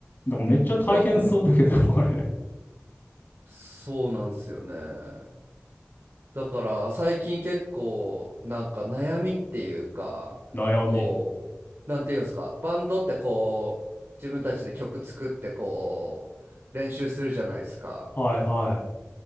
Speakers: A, on the left; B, on the right.
A: だからめっちゃ大変そうだけど、
B: 多分、
A: <laughs> あれ。
B: そうなんですよね。だから最近結構なんか悩みっていうかこうなんていうんですかバンドってこう自分たちで曲作ってこう練習するじゃないですか。
A: 悩み。はいは